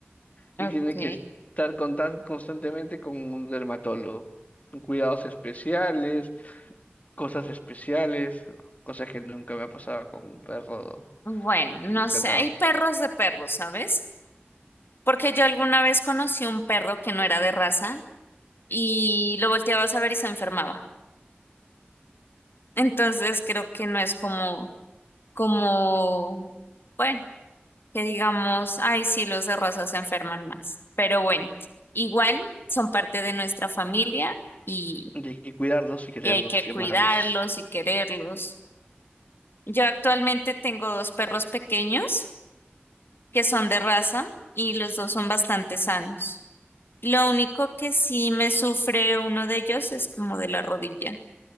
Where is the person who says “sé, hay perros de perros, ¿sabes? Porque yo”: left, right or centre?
Left